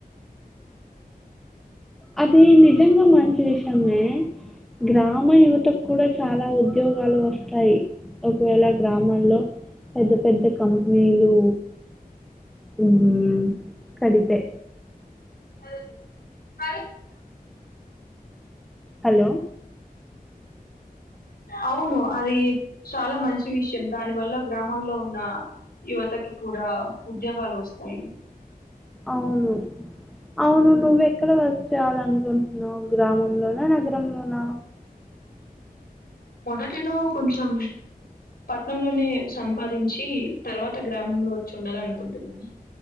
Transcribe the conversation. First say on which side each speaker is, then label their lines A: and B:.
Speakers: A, in the centre; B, on the left (about 80°).
A: అది నిజంగా మంచి విషయమే గ్రామ యువతకు కూడా చాలా ఉద్యోగాలు వస్తాయి. ఒకవేళ గ్రామాల్లో పెద్ద పెద్ద కం పెనీలు హ్ కడితే
B: <inaudible> <inaudible>
A: హలో!
B: అవును అది చాలా మంచి విషయం దాని వల్ల గ్రామాల్లో ఉన్న యువతకి కూడా ఉద్యోగాలు వస్తాయి.
A: అవును అవును నువ్వ ఎక్కడ వర్క్ చేయాల అనుకుంటున్నావు గ్రామంలోనా నగరంలోనా
B: మొదటిలో కొంచం పట్నంలోనే సంపాదించి తర్వాత గ్రామంలో వచ్చి ఉండాలి అనుకుం ఉంట <unintelligible>